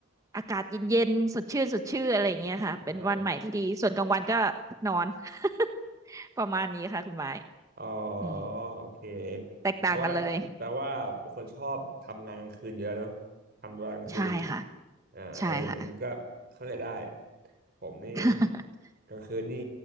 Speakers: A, on the right; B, on the right.
A: อากาศเย็นๆสดชื่นสดชื่นอะไรอย่างเงี้ยค่ะเป็นวันใหม่ที่ดีส่วนกลางวันก็
B: อ่า
A: นอน <laughs> ประมาณนี้ค่ะคุณไม้
B: อ๋อ
A: อืม
B: โอเค
A: แตกต่างกันเลย
B: แปลว่าแปลว่าเป็นคนชอบทำงานกลางคืนอยู่แล้วเนาะทำเวลากลางคืน
A: ใช่ค่ะ
B: อ่าเออก็เข้าใจได้
A: ใช่ค่ะ
B: ผมนี่
A: <laughs>
B: กลางคืนนี่